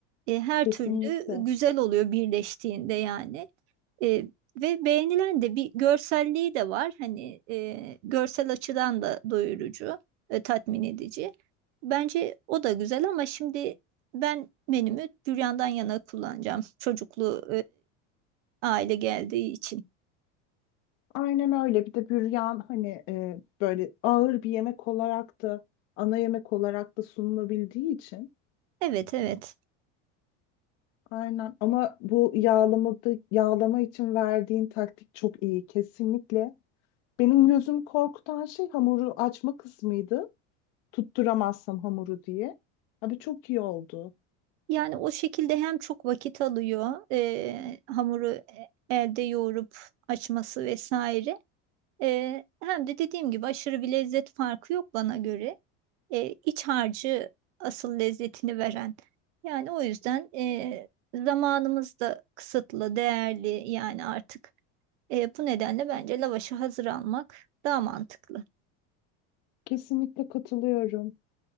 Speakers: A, on the right (about 80°); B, on the left (about 60°).
A: E, her
B: Kesinlikle.
A: türlü güzel oluyor birleştiğinde yani. E, ve beğenilen de bir görselliği de var. Hani e, görsel açıdan da doyurucu, e, tatmin edici. Bence o da güzel ama şimdi ben menümü büryandan yana kullanacağım. Çocuklu aile geldiği için.
B: Aynen öyle. Bir de büryan hani e, böyle ağır bir yemek olarak da ana yemek olarak da sunulabildiği için.
A: Evet evet.
B: Aynen. Ama bu yağlamada yağlama için verdiğin taktik çok iyi. Kesinlikle. Benim gözüm korkutan şey hamuru açma kısmıydı. Tutturamazsam hamuru diye. Abi çok iyi oldu.
A: Yani o şekilde hem çok vakit alıyor e, hamuru e, elde yoğurup açması vesaire. E, hem de dediğim gibi aşırı bir lezzet farkı yok bana göre. E, iç harcı asıl lezzetini veren. Yani o yüzden e, zamanımız da kısıtlı, değerli yani artık. E, bu nedenle bence lavaşı hazır almak daha mantıklı.
B: Kesinlikle katılıyorum.